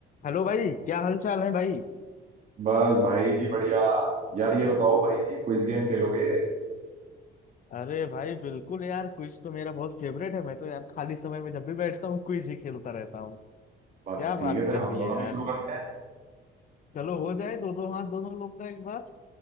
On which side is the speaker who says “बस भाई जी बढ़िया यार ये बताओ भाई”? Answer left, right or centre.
Right